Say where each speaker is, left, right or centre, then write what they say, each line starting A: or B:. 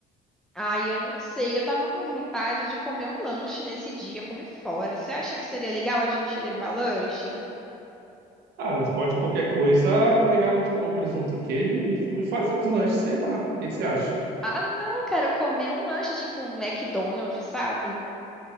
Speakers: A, in the centre; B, on the right.
A: Ai, eu não sei. Eu tava com vontade de comer um lanche nesse dia, comer fora. Você acha que seria legal a gente levar lanche?
B: Ah, nós pode qualquer coisa pegar uns pão, presunto e queijo e, e fazer uns lanches, sei lá. O que que você acha?
A: Ah, não, cara, comer um lanche tipo um McDonald's, sabe?